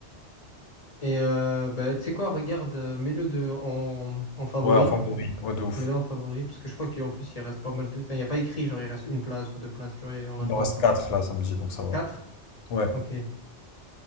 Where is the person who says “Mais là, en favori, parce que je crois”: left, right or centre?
Left